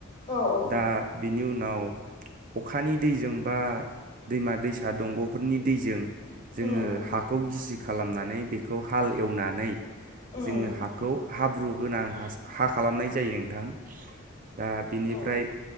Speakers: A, on the left; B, on the right.
A: औ औ।
B: दा बिनि उनाव अखानि दैजोंबा दैमा दैसा दंग'फोरनि दैजों। जोङो
A: उम उम
B: हाखौ गिसि खालामनानै बेखौ हाल एवनानै।
A: उम
B: जोङो हाखौ हाब्रु होनां हास-हा। खालामनाय जायो नोंथां दा बिनिफ्राय।
A: औ